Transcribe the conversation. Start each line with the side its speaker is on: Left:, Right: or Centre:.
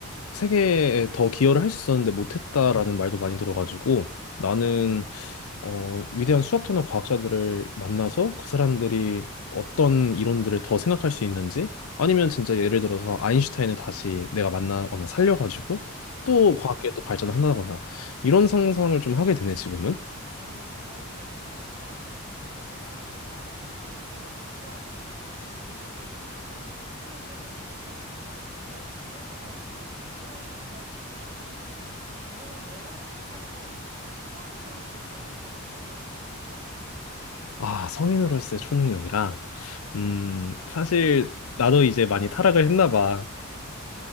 Left: 세계에 더 기여를 할 수 있었는데 못했다라는 말도 많이 들어가지고 나는 어, 위대한 수학자나 과학자들을 만나서 그 사람들이 어떤 이론들을 더 생각할 수 있는지 아니면 진짜 예를 들어서 아인슈타인을 다시 내가 만나거나 살려가지고
Right: 음.
Left: 또 과학계 또 발전한다거나 이런 상상을 좀 하게 되네 지금은.
Right: 어, 그런 것도 너무 좋겠다. 꼭 예술가뿐만 아니라 그렇게 수학이나 과학, 또 물리적으로 큰 획을 그었던 분들을 만나보면 우리가 지금은 알지 못했던 또 다른 인사이트를 또 얻을 수도 있잖아. 아니면 너가 생각하는 성인으로서의 초능력은 어떤 거 갖고 싶어?
Left: 아, 성인으로서의 초능력이라. 음, 사실 나도 이제 많이 타락을 했나 봐.